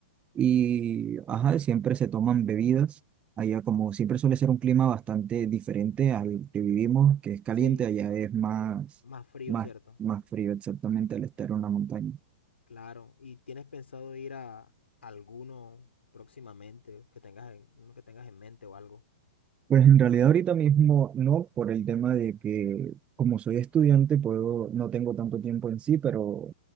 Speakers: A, on the right (about 20°); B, on the left (about 85°).
A: y ajá, siempre se toman bebidas. Allá como siempre suele ser un clima bastante diferente al que vivimos, que es
B: sí,
A: caliente, allá es más,
B: más frío,
A: más,
B: ¿cierto?
A: más frío exactamente al estar en una montaña.
B: Claro, ¿y tienes pensado ir a alguno próximamente que tengas en, uno que tengas en mente o algo?
A: Pues en realidad ahorita mismo no, por el tema de que como soy estudiante puedo, no tengo tanto tiempo en sí, pero